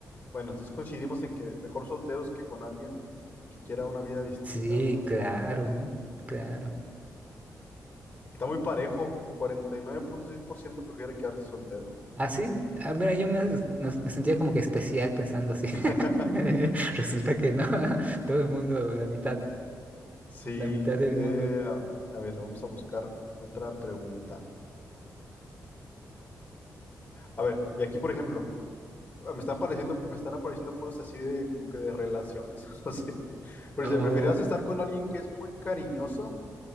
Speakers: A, on the left; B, on the right.
A: Bueno, entonces coincidimos en que mejor solteros que con alguien que quiera una vida distinta,
B: Sí,
A: ¿verdad?
B: claro, ¿no? Claro.
A: Está muy parejo. El cuarenta y nueve punto seis por ciento prefiere quedarse soltero.
B: Ah, sí. Ah, mira, yo me,
A: Sí.
B: nos- me sentía como que especial pensando así.
A: <laughs>
B: <laughs> Resulta que no. <laughs> Todo el mundo, la mitad,
A: Sí,
B: la mitad del
A: eh,
B: mundo.
A: a, a ver, vamos a buscar otra pregunta. A ver, y aquí, por ejemplo, ah, me están pareciendo, me están apareciendo puros así de como que de relaciones, <laughs> no sé. Pero
B: Oh,
A: si preferirías estar con alguien que es muy cariñoso